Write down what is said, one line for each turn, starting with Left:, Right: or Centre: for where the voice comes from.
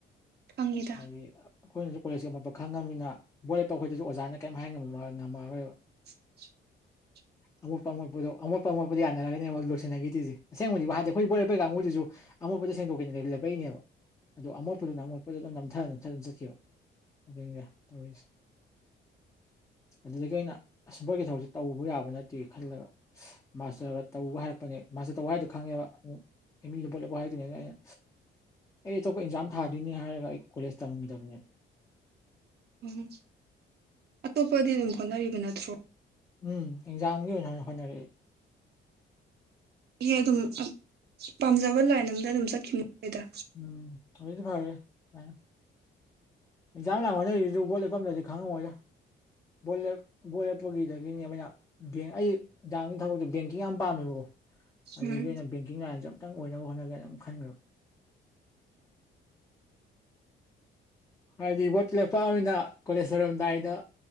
Right: ꯈꯪꯉꯤꯗ
Left: ꯍꯥꯏꯗꯤ ꯑꯩꯈꯣꯏꯅꯁꯨ ꯀꯣꯂꯦꯖꯀꯤ ꯑꯃꯣꯠꯄ ꯈꯪꯉꯕꯅꯤꯅ ꯕꯣꯠ ꯂ‌ꯦꯞꯄ ꯑꯩꯈꯣꯏꯗꯗꯤ ꯑꯣꯖꯥꯅ ꯀꯔꯤꯝ ꯍꯥꯏꯕ ꯉꯝꯃꯔꯣꯏꯕ
Right: <inaudible>
Left: ꯑꯃꯣꯠꯄ ꯑꯃꯣꯠꯄꯗꯣ ꯑꯃꯣꯠ ꯑꯃꯣꯄꯗ ꯌꯥꯅꯔꯒꯅ ꯑꯃꯛ ꯂꯣꯏꯁꯤꯟꯅꯈꯤꯔꯤꯁꯦ ꯑꯁꯦꯡꯕꯗꯤꯍꯥꯟꯗꯤ ꯑꯩꯈꯣꯏ ꯕꯣꯔꯦꯄꯩ ꯀꯥꯡꯕꯨꯁꯤꯁꯨ ꯑꯃꯣꯄꯗ ꯁꯦꯡꯗꯣꯛꯀꯦꯅꯦꯕ ꯂꯦꯞꯄꯛꯏꯅꯦꯕ ꯑꯗꯣ ꯑꯃꯣꯠꯄꯗꯨꯅ ꯑꯃꯣꯠꯄ ꯄꯣꯗꯛꯇꯣ ꯅꯝꯊ ꯅꯝꯊ ꯑꯗꯨꯅ ꯆꯠꯈꯤꯕ ꯑꯗꯨꯒ ꯇꯧꯔꯤꯁꯦ
Right: <inaudible>
Left: ꯑꯗꯨꯗꯒꯤ ꯑꯩꯅ ꯑꯁꯕꯒꯤ ꯊꯕꯛꯁꯦ ꯇꯧꯕ ꯌꯥꯕ ꯅꯠꯇꯦ ꯈꯜꯂꯒ ꯃꯥꯁꯇꯔꯒ ꯇꯧꯕ ꯍꯥꯏꯔꯛꯄꯅꯦ ꯃꯥꯁꯇꯔ ꯇꯧꯕ ꯍꯥꯏꯗꯨꯣ ꯈꯪꯉꯦꯕ ꯃꯤꯗꯨ ꯄꯣꯠꯂꯄ ꯍꯥꯏꯗꯣꯏꯅꯦꯅꯦ ꯑꯩꯅ ꯑꯩ ꯑꯇꯣꯞꯄ ꯑꯦꯟꯖꯥꯝ ꯊꯥꯗꯣꯏꯅꯦ ꯍꯥꯏꯔ ꯀꯂꯦꯖ ꯇꯝ ꯇꯕ
Right: ꯎꯝ ꯑꯇꯣꯞꯄꯗꯤ ꯑꯗꯨꯝ ꯍꯣꯠꯅꯔꯤꯕ ꯅꯠꯇ꯭ꯔꯣ
Left: ꯎꯝ ꯑꯦꯛꯖꯥꯝꯒꯤ ꯑꯣꯏꯅ ꯍꯣꯠꯅꯔꯛꯏ
Right: ꯑꯩ ꯑꯗꯨꯝ ꯄꯥꯝꯖꯕ ꯂꯥꯏꯟ ꯑꯝꯗ ꯑꯗꯨꯝ ꯆꯠꯈꯤꯕꯅꯤ ꯑꯗꯨꯗ
Left: ꯎꯝ ꯊꯣꯏꯗꯤ ꯐꯔꯦ ꯀꯥꯏ ꯑꯦꯛꯖꯥꯥꯝ ꯍꯥꯏꯁꯤꯁꯨ ꯕꯣꯠ ꯂꯦꯞꯄꯐꯝꯗꯗꯤ ꯈꯪꯉꯃꯣꯏꯗꯥ ꯕꯣꯠ ꯂꯦꯞ ꯕꯣꯠ ꯂꯦꯞꯄꯒꯤꯗꯒꯤꯅꯦꯕ ꯑꯩꯅ ꯑꯩ ꯑꯦꯛꯖꯥꯝꯒꯤ ꯊꯕꯛꯇꯣ ꯕꯦꯡꯀꯤꯡ ꯌꯥꯝ ꯄꯥꯝꯃꯦꯕꯀꯣ ꯑꯗꯨꯒꯤ
Right: ꯎꯝ
Left: ꯑꯩꯅ ꯕꯦꯡꯀꯤꯡ ꯂꯥꯏꯟꯁꯦ ꯈꯤꯇꯪ ꯑꯣꯏꯅꯕ ꯍꯣꯠꯅꯒꯦꯅ ꯑꯗꯨ ꯈꯟꯈ꯭ꯔꯕ ꯍꯥꯏꯗꯤ ꯕꯣꯠ ꯂꯦꯞꯄꯃꯤꯅ ꯀꯣꯂꯦꯖ ꯂꯣꯏꯔꯝꯗꯥꯏꯗ